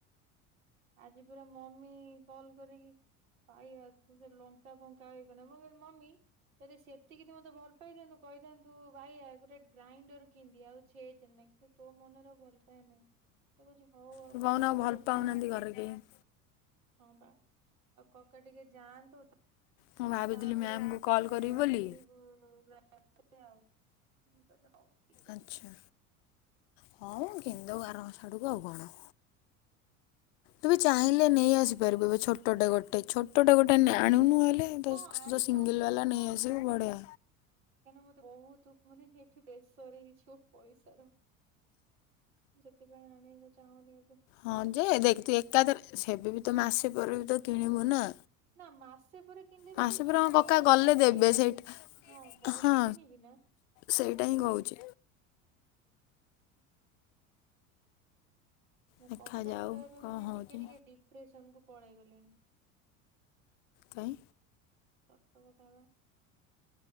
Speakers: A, on the right (about 75°); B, on the left (about 60°).
A: ଆଜି ପୁରା ମମ୍ମି କଲ୍ କରିକି ବାଇଆ ତୁ ଯାଉ ଲଙ୍କା ଫ ଙ୍କା ହେଇକନା ମୁଁ କହିଲି ମମ୍ମି ଯଦି ସେତିକି ତୁ ମତେ ଭଲ ପାଇଥାନ୍ତୁ କହିଥାନ୍ତୁ ବାଇଆ ତୁ ଗୋଟେ ଗ୍ରାଇଣ୍ଡର କିିଣ୍ ଦେ ଆଉ ଛେଚେନା। ତୋ ମନରେ ଆଉ ଭଲ ପାଇବା ନାଇଁ। କହୁଛି ହଉ ଆଉ
B: ତୁ କହୁନୁ
A: କକା
B: ଭଲ
A: ଟିକେ
B: ପାଉନାହାନ୍ତି
A: ଯାଆ ନ୍ତୁ।
B: ଘରେ କେହି ହୁଁ।
A: ହଁ ବା ଆଉ କକା ଟିକେ ଯାଆନ୍ତୁ।
B: ମୁଁ ଭାବିଥିଲି
A: ତାପରେ
B: ମ୍ୟାମକୁ କଲ୍
A: କିଣିବୁ
B: କରିବି ବୋଲି
A: <unintelligible> ମୁଁ କହିଲି ହଉ ଠିକ୍। ଅଛି।
B: ଆଚ୍ଛା। ହଉ କିଣି ଦେବୁ ଆର ମାସ ଆଡକୁ ଆଉ କଣ? ତୁ ବି ଚାହିଁଲେ ନେଇ ଆସି ପାରିବୁ। ଏବେ ଛୋଟା ଗୋଟେ। ଛୋଟା ଗୋଟେ ଆଣୁନୁ ହେଲେ।
A: <inaudible>
B: ତ
A: ଚାହୁଁନି।
B: ତ ସିଙ୍ଗିଲ୍
A: କାହିଁକିନା
B: ବାଲା ନେଇ ଆସିବୁ ବଢ଼ିଆ।
A: ମତେ ବହୁତ ମାନେ ଏଠି ପ୍ରେସର ହେଇଯିବ ପଇସାର। ସେଥିପାଇଁ ଆଣିବାକୁ ଚାହୁଁନି ଏବେ।
B: ହଁ ଯେ ଦେଖ୍। ତୁ ଏକାଥରେ ସେବେ ବି ତ ମାସେ ପରେ ବି ତ କିଣିବୁ ନା।
A: ନା ମାସେ ପରେ କିଣିଲେ ବି
B: ମାସେ
A: ସେ ଛୋଟିଆ
B: ପରେ ଆମ କକା
A: ଟେ
B: ଗଲେ
A: ହିଁ କିଣିବି।
B: ଦେବେ ସେଇଟା
A: ହଁ ବଡ
B: ହଁ।
A: କିଣିବି ନା।
B: ସେଇଟା ହିଁ କହୁଛି
A: ମୋ
B: ଦେଖାଯାଉ
A: କକା ପୁରା ଏବେ
B: କଣ
A: ମାନେ
B: ହଉଛି
A: ଟିକେ ଟିକେ ଡିପ୍ରେସନକୁ ପଳେଇ ଗଲେଣି।
B: କାଇଁଁ?
A: ସତ କଥା ବା।